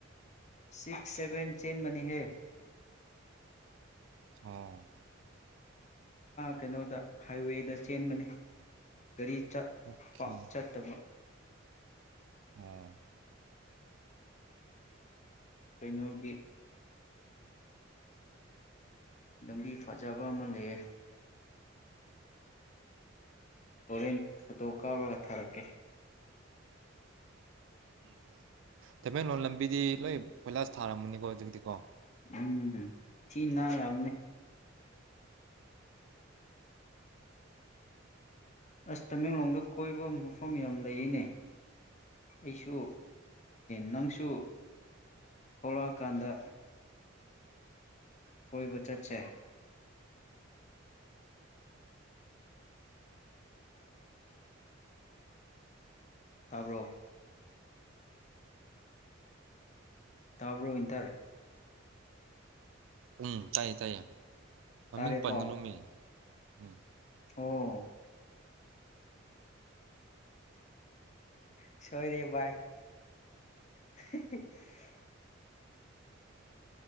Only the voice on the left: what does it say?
ꯁꯤꯛꯁ ꯁꯚꯦꯟ ꯆꯦꯟ ꯃꯅꯤ ꯍꯦ
ꯀꯩꯅꯣꯗ ꯍꯥꯏꯋꯦꯗ ꯆꯦꯟꯕꯅꯤ ꯒꯥꯔꯤ ꯆꯠꯄ
ꯆꯠꯇꯕ
ꯀꯩꯅꯣꯒꯤ ꯂꯝꯕꯤ ꯐꯖꯕ ꯑꯃ ꯂꯩꯌꯦ ꯍꯣꯔꯦꯟ ꯐꯣꯇꯣ ꯀꯥꯞꯄꯒ ꯊꯥꯔꯛꯀꯦ
ꯎꯝ ꯊꯤ ꯅꯥꯜꯑꯅꯦ ꯑꯁ ꯇꯃꯦꯡꯂꯣꯡꯗ ꯀꯣꯏꯕ ꯃꯐꯝ ꯌꯥꯝ ꯂꯩꯌꯦꯅꯦ ꯑꯩꯁꯨ ꯅꯪꯁꯨ ꯊꯣꯛꯂꯛꯑꯀꯥꯟꯗ ꯀꯣꯏꯕ ꯆꯠꯁꯦ ꯇꯥꯕ꯭ꯔꯣ ꯇꯥꯕ꯭ꯔꯣ ꯏꯟꯇꯔ
ꯇꯥꯔꯦꯀꯣ
ꯑꯣ ꯁꯣꯏꯔꯦ ꯚꯥꯏ <unintelligible>